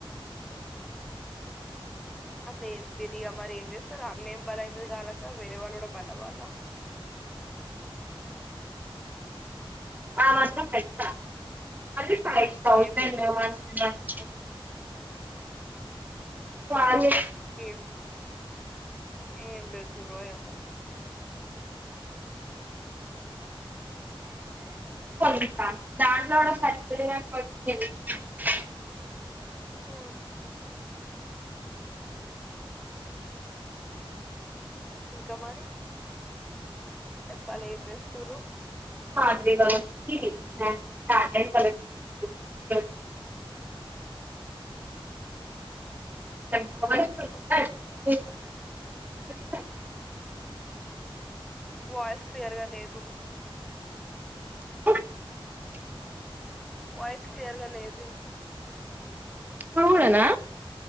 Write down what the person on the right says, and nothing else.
ఆ మాత్రం పెత ౌస
<unintelligible>
వాళ్లే
ే నాండోడ సరిప ప <unintelligible>
మా వ <unintelligible> మ మ మంచి స <unintelligible>
<unintelligible>
కూడనా